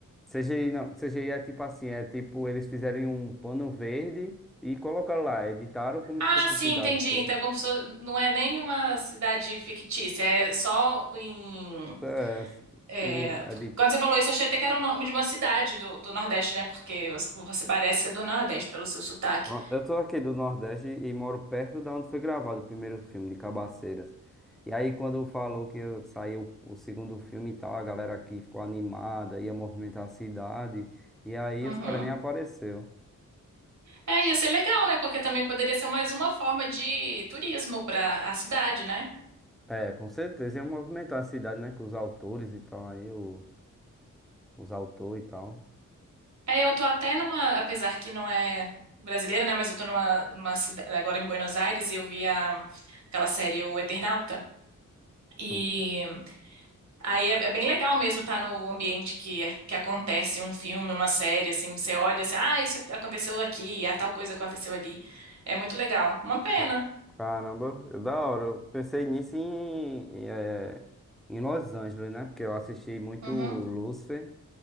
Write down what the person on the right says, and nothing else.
Ah,
sim,
entendi.
Então, é como se fosse- não é nem uma cidade fictícia, é só em.
é,
porque
Quando você falou isso, eu achei até que era o nome de uma cidade do, do Nordeste, né? Porque você você parece ser do Nordeste pelo seu sotaque.
Uhum.
É, ia ser legal, né? Porque também poderia ser mais uma forma de turismo para a cidade, né?
É, eu tô até numa, apesar que não é brasileira, né? Mas eu tô numa, numa cidade agora em Buenos Aires e eu vi a- aquela série O Eternauta. E
Aí é, é bem legal mesmo estar no ambiente que, que acontece um filme, uma série, assim, você olha assim, ah, isso aconteceu aqui, ah, tal coisa aconteceu ali. É muito legal. Uma pena.
Uhum,